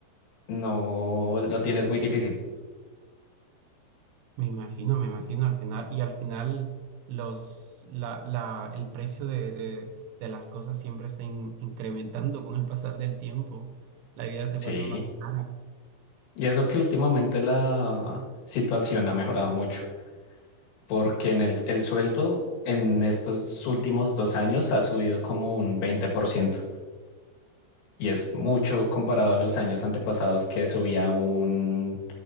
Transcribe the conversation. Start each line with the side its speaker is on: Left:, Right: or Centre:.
Left: no lo tienes muy difícil.
Right: me imagino, me imagino al final, y al final los, la, la, el precio de, de, de las cosas siempre está in- incrementando con el pasar del tiempo, la vida se
Left: Sí.
Right: vuelve más cara.
Left: Y eso que últimamente la situación ha mejorado mucho, porque en el, el sueldo en estos últimos dos años ha subido como un 20% y es mucho comparado a los años antepasados que subía un